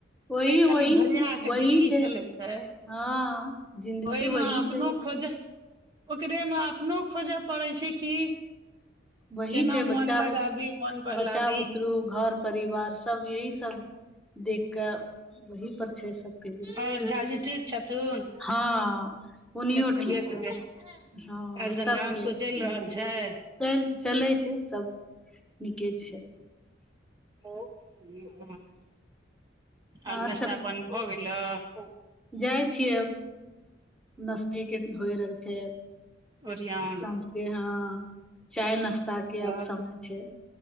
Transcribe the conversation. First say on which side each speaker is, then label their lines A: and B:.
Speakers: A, in the centre; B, on the right (about 20°).
A: वही
B: ओते खाली
A: वही
B: भरिआ क
A: वही
B: जिनगी
A: छै
B: चलैते ओइ
A: हँ जिन्दगी
B: म
A: वही
B: अपनो
A: छै
B: खोज ओकरे मे अपनो खोजय पड़ै छै कि
A: वही
B: केना
A: छै
B: मोन
A: बच्चा
B: लगाबी
A: बुत
B: मोन बहलाबी
A: बच्चा बुतरू घर परिवार सब यही सब देख के वहि पर छै सबके
B: ओर झाजी ठीक छथुन
A: हाँ उनियो
B: के तबियत
A: ठीक छथिन
B: उबियत
A: हँ
B: काज धन्धा
A: सबके
B: हुनको चलि
A: ह
B: रहल छै
A: चैल चलै छै सब नीके छै
B: ह आ
A: आर
B: नस्ता
A: सब
B: पानी भ गेल गेल <inaudible>
A: जाइ छियै अब नस्ते के होइ रहल छै
B: ओरियान
A: साँझके हँ चाय नाश्ता के
B: हँ
A: आब समय छै